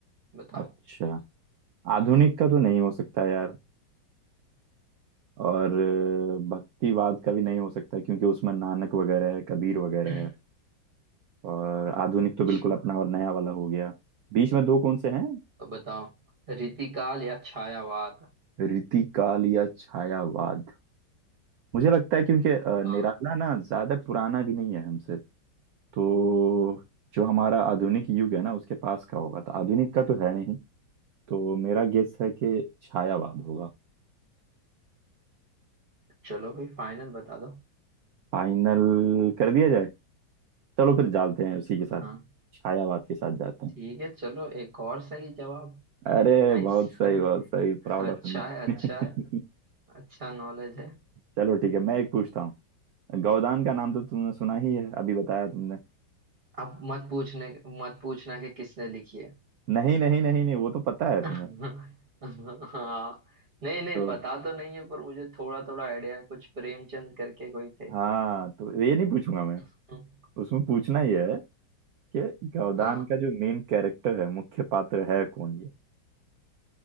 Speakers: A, on the right; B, on the right.
A: बताओ
B: अच्छा आधुनिक का तो नहीं हो सकता यार और अ, भक्तिवाद का भी नहीं हो सकता क्योंकि उसमें नानक वगैरह है कबीर वगैरह
A: <laughs>
B: है
A: <clears throat>
B: और आधुनिक
A: अच्छा
B: तो बिल्कुल अपना वाला नया वाला हो गया बीच में दो कौन से हैं
A: तो बताओ रीतिकाल या छायावाद
B: रीति काल या छायावाद मुझे लगता है क्योंकि अ,
A: हाँ
B: निराला ना ज्यादा पुराना भी नहीं है हमसे तो जो हमारा आधुनिक युग है ना उसके पास का होगा तो आधुनिक का तो है नहीं तो मेरा गेस है कि छायावाद होगा
A: चलो भाई फाइनल बता दो
B: फाइनल कर दिया जाए चलो फिर जाते हैं उसी के साथ
A: हाँ
B: छायावाद के साथ जाते हैं
A: ठीक है चलो एक और सही जवाब
B: अरे
A: नाइस
B: बहुत सही
A: <laughs>
B: बहुत सही प्राउड
A: अच्छा
B: ऑफ मी
A: है अच्छा
B: <laughs>
A: है अच्छा नॉलेज है
B: चलो ठीक है मैं एक पूछता हूँ गौदान का नाम तो तुमने सुना ही है अभी बताया तुमने
A: अब मत पूछने मत पूछना कि किसने लिखी है
B: नहीं नहीं नहीं नहीं वो तो पता
A: <laughs>
B: है तुम्हें
A: हाँ नहीं नहीं
B: तो
A: पता तो नहीं है पर मुझे थोड़ा थोड़ा आइडिया है कुछ प्रेमचंद करके कोई थे
B: हाँ तो ये नहीं पूछूंगा मैं
A: <laughs>
B: उसमें पूछना ही है ये गौदान
A: हाँ
B: का जो मेन कैरेक्टर है मुख्य पात्र है कौन ये